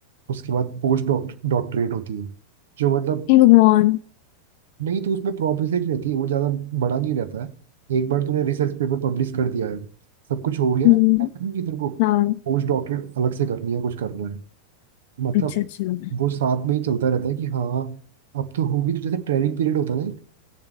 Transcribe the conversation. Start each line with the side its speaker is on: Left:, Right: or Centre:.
Right: उसके बाद पोस्ट डॉक्ट डॉक्टरेट होती है जो मतलब
Left: हे भगवान
Right: नहीं तो उसमें प्रॉप रिसर्च रहती है वो ज़्यादा बड़ा नहीं रहता है एक बार तूने रिसर्च पेपर पब्लिश कर दिया है सब कुछ हो गया
Left: हम्म
Right: है तो ऐसा नहीं कि तेरे को
Left: हाँ
Right: पोस्ट डॉक्टरेट अलग से करनी है कुछ करना है मतलब
Left: अच्छा अच्छा हम्म
Right: वो साथ में ही चलता रहता है कि हाँ अब तो होगी तो जैसे ट्रेनिंग पीरियड होता है ना